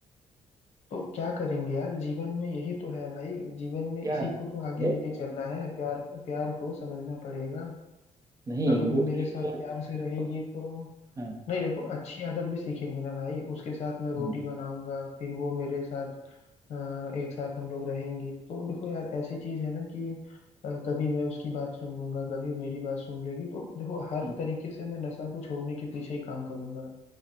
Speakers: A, on the left; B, on the right.
A: तो क्या करेंगे यार जीवन में यही तो है भाई जीवन में
B: क्या
A: इसी
B: है
A: को तो आगे
B: ये
A: लेके चलना है प्यार प्यार को समझना पड़ेगा
B: नहीं
A: अगर
B: गुटखी
A: वो मेरे साथ
B: और
A: प्यार से रहेगी तो
B: हाँ
A: नहीं देखो अच्छी आदत भी सीखेंगे ना भाई उसके साथ मैं रोटी
B: हम्म
A: बनाऊंगा फिर वो मेरे साथ अ, एक साथ हम लोग रहेंगे तो देखो यार ऐसी चीज है ना कि अ, कभी मैं उसकी बात सुन लूंगा कभी मेरी बात सुन लेगी तो देखो हर
B: हम्म।
A: तरीके से मैं नशा को छोड़ने के पीछे ही काम करूंगा